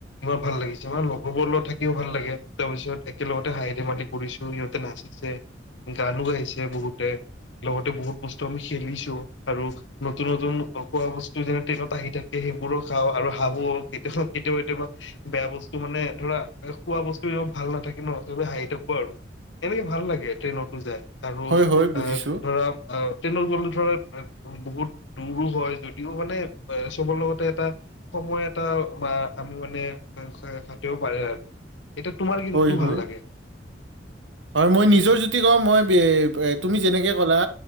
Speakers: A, on the left; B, on the right.
A: ইমান ভাল লাগিছে আমাৰ লগৰবোৰ লগত থাকিও ভাল লাগে তাৰ পিছত একেলগতে হাঁহি ধেমালি কৰিছো সিহঁতে নাচিছে গানো গাইছে বহুতে লগতে বহুত বস্তু আমি খেলিছো আৰু নতুন নতুন খোৱা বস্তু যেনে ট্ৰেইনত আহি থাকে সেইবোৰো খাওঁ আৰু হাহো কেতিয়া কেতিয়াও কেতিয়াবা বেয়া বস্তু মানে ধৰা খোৱা বস্তু ভাল নাথাকে ন সবে হাঁহি থাকো আৰু এনেকে ভাল লাগে ট্ৰেইনতো যায়। আৰু
B: হয়, হয়, বুজিছো।
A: অ ধৰা অ ট্ৰেইনত গ'লে ধৰা বহুত ৰো হয় যদিও মানে চবৰ লগতে এটা সময় এটা আমি মানে খাটিব পাৰো আৰু এতয়া তোমাৰ কি
B: হয়,
A: ইটো
B: হয়,
A: ভাল লাগে
B: হয় মই নিজৰ যিটো কওঁ মই তুমি যেনেকে ক'লা